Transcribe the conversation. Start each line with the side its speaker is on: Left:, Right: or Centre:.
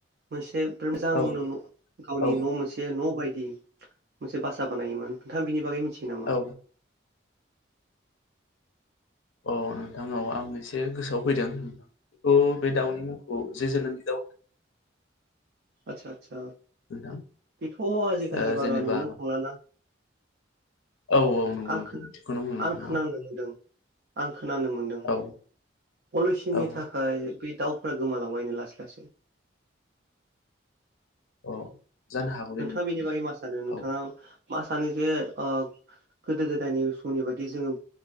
Right: मोनसे मोजां
Left: औ
Right: गावनि
Left: औ
Right: न' मोनसे न' बायदि दि मोनसे बा बानायोमोन नोंथाङ बिनि बागै मिथियो नामा?
Left: औ अ नोंथांनाव आं एसे गोसोआव फैदोंथ बेखौ ओ बे दाउनि मुंखौ जे जुलुंगि दाव होनो
Right: आतसा आतसा
Left: नोंथां
Right: बेथ' आजिखालि
Left: ओ जेनेबा
Right: बारा नुो थांलाना <inaudible>
Left: औ औ नंगौ
Right: आं
Left: नोंथां थिगखौनो बुंदों नोंथाङा
Right: खोनानो मोनदों आं खोनानो मोनदों
Left: औ
Right: पलिसिनि
Left: औ
Right: थाखाय बे दाउफ्रा गोमालांबायनो लासै लासै।
Left: अ जानो हागौ दे
Right: नोंथाङा
Left: नोंथां
Right: बेनि बागै मा सानो नोंथाङा
Left: औ
Right: मा सानो जे ओ गोदो गोदायनि समनि बायदि जोङो